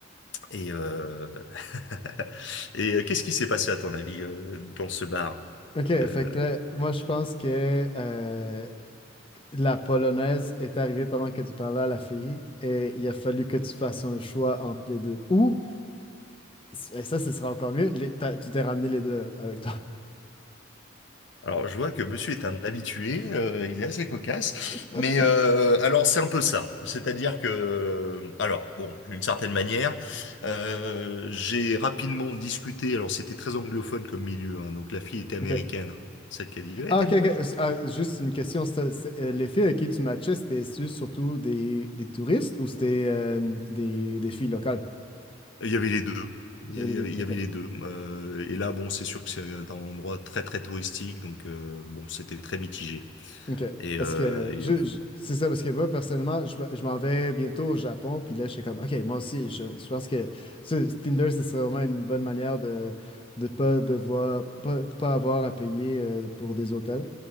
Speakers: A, on the left; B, on the left.
A: Et, euh, <laughs> et euh, qu'est-ce qui s'est passé à ton avis euh, dans ce bar?
B: Ok,
A: Euh,
B: fait que là, moi, je pense que euh, la polonaise est arrivée pendant que tu parlais à la fille et il a fallu que tu fasses un choix entre les deux. Ou, et ça, ce sera encore mieux, les- t'as- tu t'es ramené les deux avec toi.
A: Alors, je vois que monsieur est un habitué, euh, il est assez cocasse,
B: <laughs>
A: mais euh, alors c'est un peu ça. C'est-à-dire que, euh, alors bon, d'une certaine manière, euh, j'ai rapidement discuté, alors c'était très anglophone comme milieu, hein, donc la fille était américaine,
B: Ok.
A: celle qui a dit, ouais,
B: Ah,
A: t'es
B: ok,
A: mon
B: ok.
A: mec.
B: ah, juste une question. c'est- c'est- euh, les filles avec qui tu matchais, c'était su- surtout des, des touristes ou c'était euh, des, des filles locales?
A: Il y avait les deux. Il
B: Il y avait
A: y
B: les
A: avait,
B: deux.
A: il
B: ok.
A: y avait les deux. Euh, et là, bon, c'est sûr que c'est un endroit très, très touristique, donc euh, bon, c'était très mitigé.
B: OK.
A: Et,
B: Parce
A: euh,
B: que
A: et,
B: je, je- c'est ça, parce que moi, personnellement, je, m- je m'en vais bientôt au Japon, puis là, je suis comme, OK, moi aussi, je, je pense que ce- Tinder, ce serait vraiment une bonne manière de de pas devoir, pas, pas avoir à payer euh, pour des hôtels.